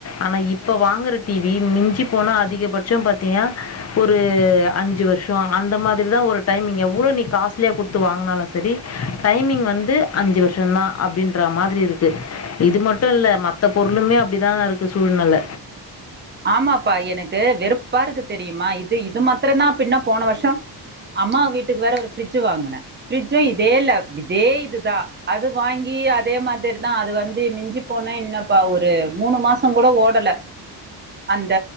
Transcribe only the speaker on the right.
ஆமாப்பா எனக்கு வெறுப்பா இருக்கு தெரியுமா இது இ இது மாத்திரம தான் இப்பின்ன போன வருஷம் அம்மா வீட்டுக்கு வேற ஒரு ஃப்ரிட்ஜ் வாங்கினேன் ஃப்ரிட்ஜும் இதே இல்ல இதே இதுதான் அது வாங்கி அதே மாதிரிதான் அது வந்து மிஞ்சி போனே இன்னாப்பா ஒரு மூணு மாசம் கூட ஓடல அந்த